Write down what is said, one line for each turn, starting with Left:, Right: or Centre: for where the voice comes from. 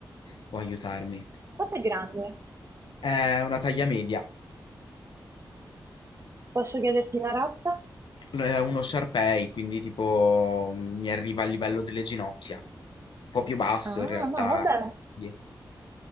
Left: può aiutarmi.
Right: Quanto è grande?
Left: È una taglia media,
Right: Posso chiederti la razza?
Left: l è uno Shar Pei, quindi tipo, mhmm, mi arriva al livello delle ginocchia, un po' più basso
Right: Ah,
Left: in realtà.
Right: no, vabbè.
Left: Di